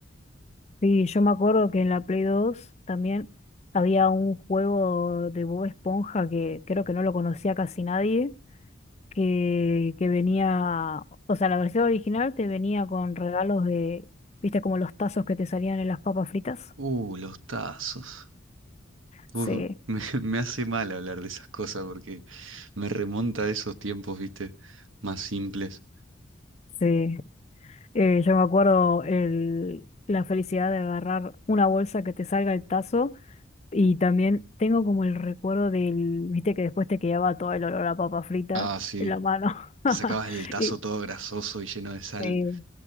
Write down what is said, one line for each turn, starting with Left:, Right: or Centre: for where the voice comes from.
Left: Sí, yo me acuerdo que en la Play dos también había un juego de Bob Esponja que creo que no lo conocía casi nadie, que, que venía, o sea, la versión original te venía con regalos de, viste, como los tazos que te salían en las papas fritas.
Right: Uh, los tazos. Uf,
Left: Sí,
Right: <laughs> me, me hace mal hablar de esas cosas porque me remonta a esos tiempos, viste, más simples.
Left: sí. Eh, yo me acuerdo el, la felicidad de agarrar una bolsa que te salga el tazo y también tengo como el recuerdo del, viste, que después te quedaba todo el olor a papa frita
Right: Ah, sí,
Left: en la mano. <laughs>
Right: que sacabas el tazo
Left: Y
Right: todo grasoso y lleno de sal.
Left: Sí,